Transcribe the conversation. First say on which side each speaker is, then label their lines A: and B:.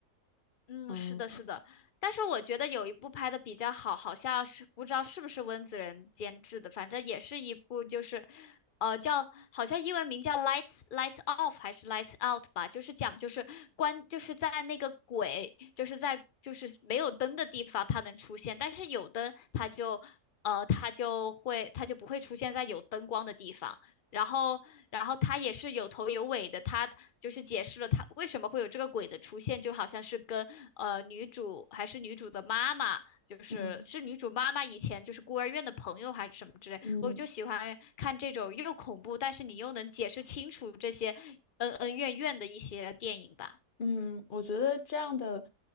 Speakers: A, on the left; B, on the left.
A: 嗯，
B: 嗯
A: 是的，是的。但是我觉得有一部拍的比较好，好像是不知道是不是温子仁监制的，反正也是一部就是，呃，叫好像英文名叫《Lights Lights Off》还是《Lights Out》吧，就是讲就是关就是在那个鬼就是在就是没有灯的地方它能出现，但是有灯它就。呃，它就会，它就不会出现在有灯光的地方。然后，然后他也是有头有尾的，他就是解释了他为什么会有这个鬼的出现，就好像是跟呃女主还是女主的妈妈，就是是女主妈妈以前就是孤儿院的朋友还是什么之类，
B: 嗯嗯
A: 我就喜欢看这种又恐怖，但是你又能解释清楚这些恩恩怨怨的一些电影吧。
B: 嗯，我觉得这样的